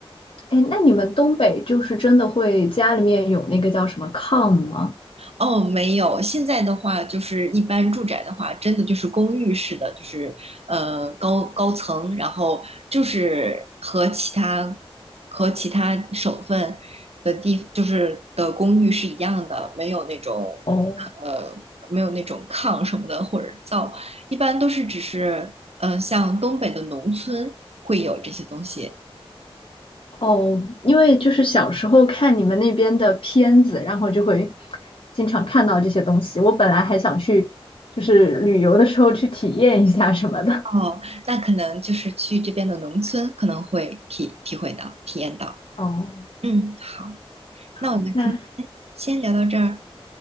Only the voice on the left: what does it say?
哎，那你们东北就是真的会家里面有那个叫什么炕吗？
哦
哦，因为就是小时候看你们那边的片子，然后就会经常看到这些东西。我本来还想去，就是旅游的时候去体验一下什么的。
哦，
好，
那